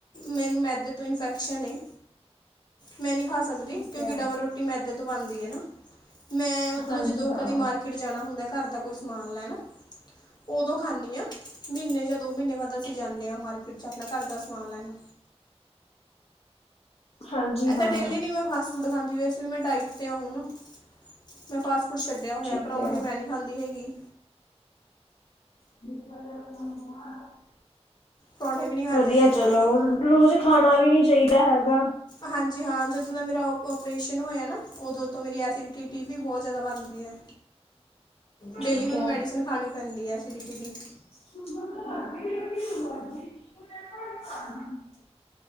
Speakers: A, on the left (about 40°); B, on the left (about 60°).
A: ਮੈਨੂੰ ਮੈਦੇ ਤੋਂ ਇਨਫੈਕਸ਼ਨ ਏ ਮੈਂ ਨਹੀਂ ਖਾ ਸਕਦੀ।
B: ਠੀਕ
A: ਕਿਉਂਕਿ
B: ਹੈ
A: ਡਬਲ ਰੋਟੀ ਮੈਂਦੇ ਤੋਂ ਬਣਦੀ ਨਾ ਮੈਂ ਮਤਲਬ
B: ਹਾਂਜੀ
A: ਜਦੋਂ
B: ਹਾਂ
A: ਕਦੀ ਮਾਰਕੀਟ ਕੇ ਜਾਣਾ ਹੁੰਦਾ। ਘਰ ਦਾ ਕੋਈ ਸਮਾਨ ਲੈਣ ਉਦੋਂ ਖਾਨੀ ਆ ਮਹੀਨੇ ਜਾਂ ਦੋ ਮਹੀਨੇ ਬਾਅਦ। ਅਸੀਂ ਜਾਂਦੇ ਹਾਂ ਮਾਰਕੀਟ ਚ ਆਪਣਾ ਘਰ ਦਾ ਸਮਾਨ ਲੈਣਾ।
B: ਹਾਂਜੀ
A: ਏਦਾਂ
B: ਹਾਂ
A: ਡੇਲੀ ਨੀ ਮੈਂ ਫਸ ਫੂਡ ਖਾਂਦੀ ਵੈਸ ਵੀ ਮੈਂ ਡਾਇਟ 'ਤੇ ਆ ਹੁਨ, ਨਾ ਮੈਂ ਫਾਸਟ ਕੁਛ ਛੱਡਿਆ ਹੋਇਆ
B: ਠੀਕ
A: ਪਰੌਂਠੇ
B: ਹੈ
A: ਮੈਂ ਨੀ ਖਾਂਦੀ ਹੈਗੀ।
B: <unintelligible>
A: ਪਰੌਂਠੇ ਵੀ ਨਹੀਂ ਖਾਧੇ
B: ਵਧੀਆ
A: ਜਾਂਦੇ
B: ਚਲੋ
A: ਹੈਗੇ
B: ਰੋਜ਼ ਖਾਣਾ ਵੀ ਨਹੀਂ ਚਾਹੀਦਾ ਹੈਗਾ।
A: ਹਾਂਜੀ ਹਾਂ ਜਦੋਂ ਦਾ ਮੇਰਾ ਓ ਓਪਰੇਸ਼ਨ ਹੋਇਆ ਨਾ ਉਦੋਂ ਤੋਂ ਮੇਰੀ ਐਸੀਡੀ ਟੀ ਵੀ ਬਹੁਤ ਜਿਆਦਾ ਬਣਦੀ ਹੈ, ਡੇਲੀ
B: ਠੀਕ
A: ਮੈਨੂੰ
B: ਹੈ
A: ਮੈਡੀਸਨ ਖਾਣੀ ਪੈਂਦੀ ਹੈ ਐਸੀਡਿਟੀ ਦੀ।
B: <unintelligible>